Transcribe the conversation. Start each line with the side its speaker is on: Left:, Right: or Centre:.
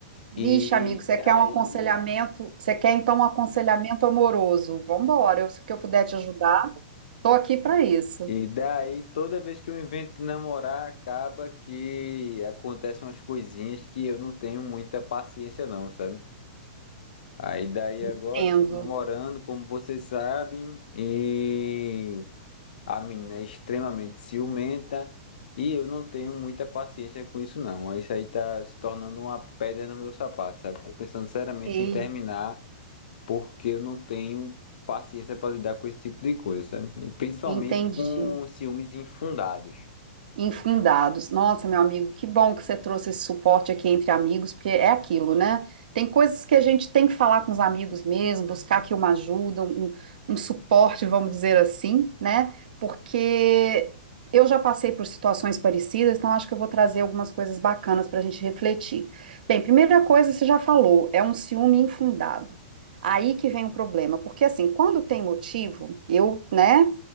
Right: Vixe,
Left: E
Right: amigo, você
Left: daí,
Right: quer um aconselhamento? Você quer então um aconselhamento amoroso? Vambora, eu, se eu puder te ajudar, tô aqui para isso.
Left: e daí, toda vez que eu invento de namorar, acaba que acontecem umas coisinhas que eu não tenho muita paciência, não, sabe? Aí daí
Right: Entendo.
Left: agora eu tô namorando, como vocês sabem, e a menina é extremamente ciumenta e eu não tenho muita paciência com isso não. Isso aí tá se tornando uma pedra no meu sapato, sabe? Tô pensando seriamente
Right: Ei,
Left: em terminar porque eu não tenho paciência para lidar com esse tipo de coisa, sabe? E principalmente
Right: entendi.
Left: com ciúmes infundados.
Right: Infundados. Nossa, meu amigo, que bom que você trouxe esse suporte aqui entre amigos, porque é aquilo, né? Tem coisas que a gente tem que falar com os amigos mesmo, buscar aqui uma ajuda, um, um suporte, vamos dizer assim, né? Porque eu já passei por situações parecidas, então acho que eu vou trazer algumas coisas bacanas para a gente refletir. Bem, primeira coisa, você já falou, é um ciúme infundado. Aí que vem o problema, porque assim, quando tem motivo, eu, né?